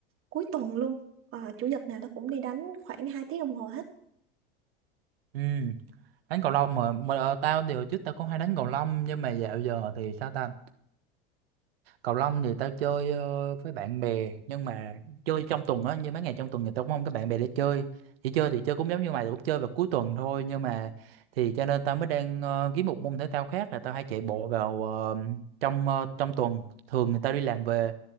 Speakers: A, on the right; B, on the right.
A: cuối tuần luôn Ờ, chủ nhật nào tao cũng đi đánh khoảng 2 tiếng đồng hồ hết
B: Ừ, đánh cầu lông mà, mà ờ, tao thì hồi trước tao cũng hay đánh cầu lông nhưng mà dạo giờ thì sao ta Cầu lông thì tao chơi ờ, với bạn bè nhưng mà chơi trong tuần á như mấy ngày trong tuần thì tao cũng không có bạn bè để chơi chỉ chơi thì chơi cũng giống như mày tao cũng chơi vào cuối tuần thôi nhưng mà thì cho nên tao mới đang ờ, kiếm một môn thể thao khác là tao hay chạy bộ vào ờ, trong ờ, trong tuần thường thì tao đi làm về